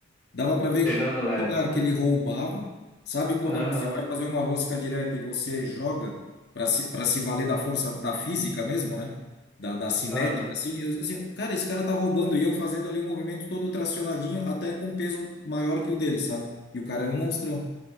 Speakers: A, on the left; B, on the left.
A: dava para ver
B: pegando leve.
A: o lugar que ele roubava. Sabe quando
B: Aham,
A: você vai fazer uma rosca direta e você joga para se, para se valer da força da física mesmo, né? Da, da cinética,
B: aham.
A: assim, eu- assim, cara, esse cara tá roubando e eu fazendo ali um movimento todo tracionadinho, até com peso maior que o dele, sabe? E o cara era um monstrão.